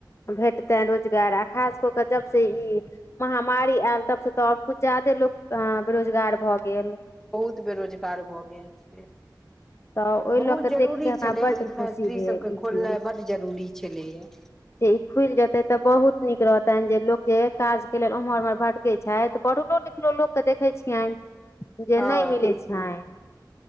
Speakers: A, on the left; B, in the centre.
A: भेटतैय रोजगार, आ खास कऽ कऽ जब से ई महामारी आयल तब से त, कुछ ज्यादे लोक अए बेरोजगार भऽ गेल।
B: बहुत बेरोजगार भऽ गेल छे।
A: तऽ ओहि लऽ
B: बहुत
A: के देख
B: जरूरी
A: के हमरा
B: छलै
A: बड्ड
B: ई
A: खुशी
B: फैक्ट्री
A: भेल
B: सभके
A: ई
B: खोलनाइ
A: चीज
B: बड जरूरी छलैया।
A: जे ई खुलि जेते तऽ बहुत नीक रहतैन जे लोग जे काज केे लेल उम्हर- उम्हर भट के छैथ, पढ़लो लिखलो लोकके देखै छियनि, जे
B: हँ
A: नहि मिलै छैनि।